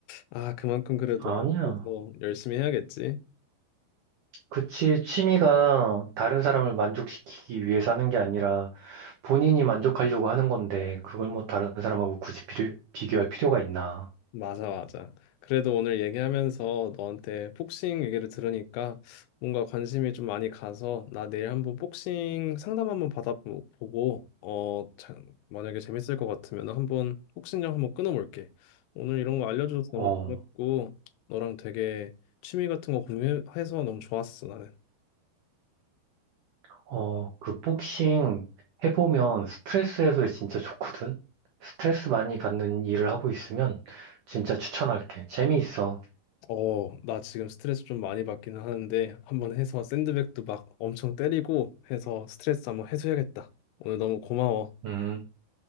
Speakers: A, on the left (about 85°); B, on the right (about 80°).
A: 아, 그만큼 그래도
B: 아니야.
A: 앞으로 더 열심히 해야겠지.
B: 그치, 취미가 다른 사람을 만족시키기 위해서 하는 게 아니라 본인이 만족하려고 하는 건데, 그걸 뭐 다른 사람하고 굳이 비를, 비교할 필요가 있나.
A: 맞아, 맞아. 그래도 오늘 얘기하면서 너한테 복싱 얘기를 들으니까 뭔가 관심이 좀 많이 가서 나 내일 한번 복싱 상담 한번 받아보고 어, 참, 만약에 재밌을 것 같으면 한번 복싱장 한번 끊어볼게. 오늘 이런 거 알려줘서 너무
B: 어,
A: 고맙고 너랑 되게 취미 같은 거 공유해서 너무 좋았어, 나는.
B: 어, 그 복싱 해보면 스트레스 해소에 진짜 좋거든? 스트레스 많이 받는 일을 하고 있으면 진짜 추천할게. 재미있어.
A: 어, 나 지금 스트레스 좀 많이 받기는 하는데 한번 해서 샌드백도 막 엄청 때리고 해서 스트레스 한번 해소해야겠다. 오늘 너무 고마워.
B: 음,